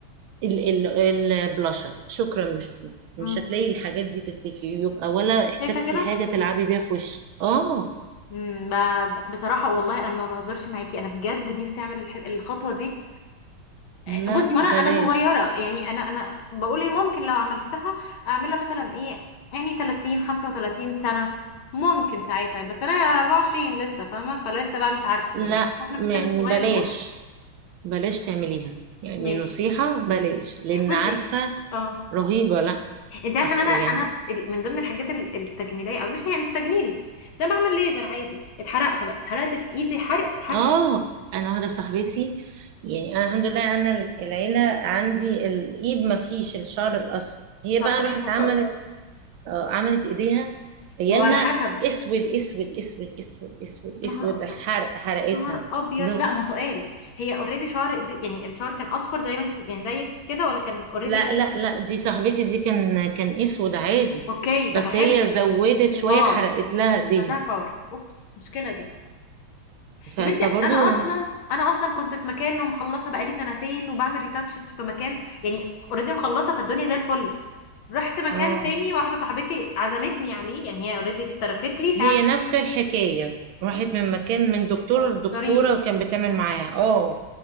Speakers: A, on the right (about 80°); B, on the left (about 75°).
A: ال ال البلاشر شكرا ميرسي مش
B: امم
A: هتلاقي الحاجات دي تختفي يبقى ولا احتاجتي
B: شايفه كده
A: حاجه تلعبي بيها في وشك اه
B: امم ب- ب- بصراحه والله انا ما بهزرش معاكي انا بجد نفسي اعمل الح- الخطوه دي
A: لا
B: آه، بصي وانا
A: بلاش
B: انا صغيره يعني انا انا بقول ايه ممكن لو عملتها اعملها مثلا ايه يعني 30 35 سنه ممكن ساعتها بس انا 24 لسه فاهمه فلسه بقى مش عارفه
A: لا
B: يعني عارفه احنا في السن
A: يعني
B: الصغير
A: بلاش
B: ده
A: بلاش تعمليها يعني
B: ماشي
A: نصيحة بلاش لأن
B: بصي
A: عارفة
B: اه
A: رهيبة لا
B: انت عارف
A: أص...
B: ان
A: يعني
B: انا انا ال- من ضمن الحاجات ال- التجميليه او مش هي مش تجميلي بس انا بعمل ليزر عادي اتحرقت بقى اتحرقت في ايدي حرق حرق
A: آه أنا واحدة صاحبتي يعني أنا الحمد لله أنا ال- العيلة عندي الإيد ما فيش الشعر الأصفر هي
B: طب
A: بقى
B: كويس
A: راحت
B: ما
A: عملت
B: شاء الله
A: آه عملت إيديها عيالنا
B: ما هو على حسب
A: أسود أسود أسود أسود أسود
B: نهار
A: أسود حرق حرقتها
B: نهار ابيض
A: لا
B: لا ما هو سؤال هي اوريدي شعر د- يعني الشعر كان اصفر زي ما انت يعني زي كده ولا كان اوريدي
A: لا
B: غني
A: لا لا دي صاحبتي دي كان كان أسود عادي
B: اوكي طب
A: بس
B: ما حلو
A: هي زودت شوية
B: الباور
A: حرقت لها إيديها
B: لا الباور اوبس مشكله دي
A: ف...
B: يا
A: فبرضو
B: بنتي انا اصلا انا اصلا كنت في مكان ومخلصه بقالي سنتين وبعمل ريتاتشز في مكان يعني اوريدي مخلصه فالدنيا زي الفل رحت مكان
A: اه
B: تاني واحدة صاحبتي عزمتني عليه يعني هي اوريدي اشتركت لي
A: هي نفس الحكاية راحت من مكان من دكتور
B: فمتهزريش
A: لدكتورة وكان بتعمل معاها اه